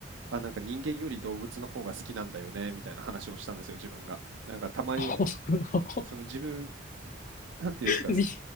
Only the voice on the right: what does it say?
あ、なんか人間より動物の方が好きなんだよね、みたいな話をしたんですよ、自分が。なんか、たまに
その自分、なんていうんですか、